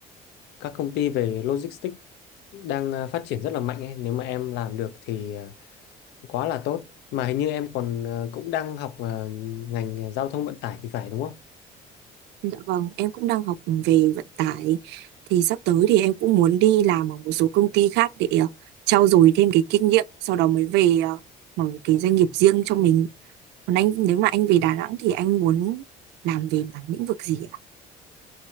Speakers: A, on the left; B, on the right.
A: các công ty về logistics đang ờ, phát triển rất là mạnh ấy. Nếu mà em làm được thì ờ, quá là tốt. Mà hình như em còn ờ, cũng đang học ờ, ngành à, giao thông vận tải thì phải đúng không?
B: Dạ vâng, em cũng đang học về vận tải thì sắp tới thì em cũng muốn đi làm ở một số công ty khác để ờ, trau dồi thêm cái kinh nghiệm sau đó mới về ờ, mở cái doanh nghiệp riêng cho mình. Còn anh nếu mà anh về Đà Nẵng thì anh muốn làm về mảng lĩnh vực gì ạ?